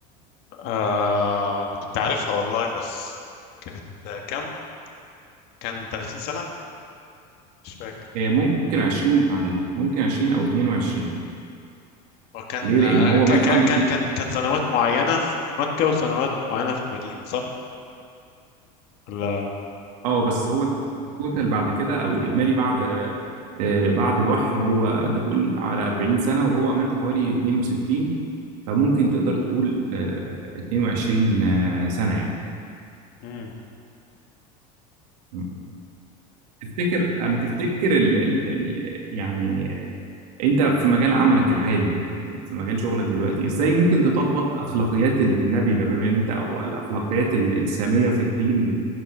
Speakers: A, on the left (about 55°); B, on the right (about 80°).
A: آه، انا كنت عارفها والله بس كانت كام كان 30 سنة مش فاكر
B: آه، ممكن 20 بعدها ممكن 20 او 22
A: هو كان
B: ليه
A: آه،
B: لان هو
A: ك-
B: مات
A: ك-
B: عنده
A: ك-
B: 2
A: كان كان سنوات معينة في في مكة وسنوات معينة في المدينة صح؟ ولا
B: اه بس هو التوتال بعد كده او الاجمالي بعد آه، بعد الوحي هو انت بتقول على 40 سنه وهو مات حوالي 62 فممكن تقدر تقول آه، 22 آه، سنه يعني
A: امم
B: مم. تفتكر انا تفتكر ال ال ال يعني انت في مجال عملك الحالي في مجال شغلك دلوقتي ازاي ممكن تطبق اخلاقيات ال- النبي لما انت او الاخلاقيات ال- الساميه في الدين